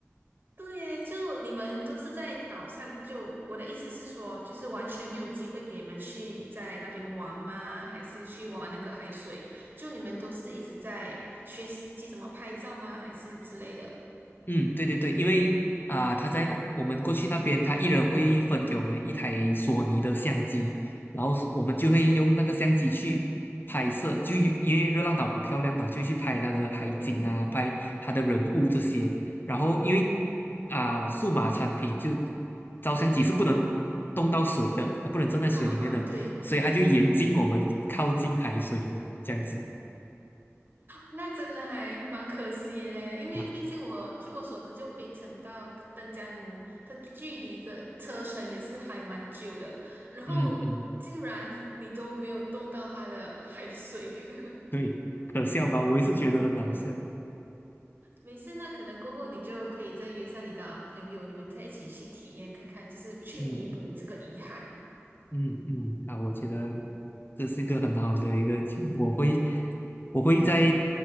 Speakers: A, on the right; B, on the left.
A: 对耶就你们都是在岛上，就我的意思是说，就是完全没有机会给你们去在那边玩吗？还是去玩那个海水？就你们都是一直在学习怎么拍照吗？还是之类的？
B: 嗯，对对对，因为啊、他在我们过去那边，他一人会分给我们一台索尼的相机，然后是我们就会用那个相机去拍摄，就因为热浪岛很漂亮嘛，就去拍那个海景啊，
A: 嗯。
B: 拍它的人物这些。然后因为啊、数码产品就照相机是不能动到水的，它不能站在水里面的，
A: 嗯嗯，对，
B: 所以它就严禁我们靠近海水这样子
A: 那真的还蛮可惜的嘞，因为毕竟我据我所知，
B: 啊。
A: 就槟城到登嘉奴的距离个车程也是还蛮久的，然后竟然你都没有动到它的海水，
B: 嗯嗯，
A: <laughs>
B: 对，可笑吧？我也是觉得很好笑。
A: 没事，那可能过后你就可以再约上你的朋友，你们再一起去体验看看，就是去弥补你这个遗憾。
B: 嗯。嗯嗯，啊，我觉得这是一个很好的一个建议，我会我会在